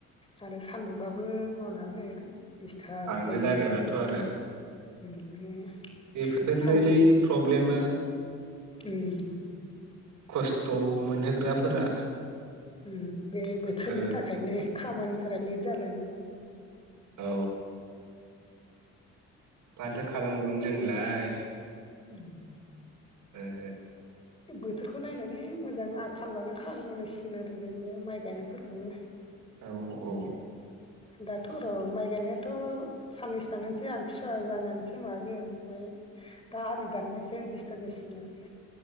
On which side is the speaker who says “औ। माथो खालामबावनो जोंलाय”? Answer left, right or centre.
Right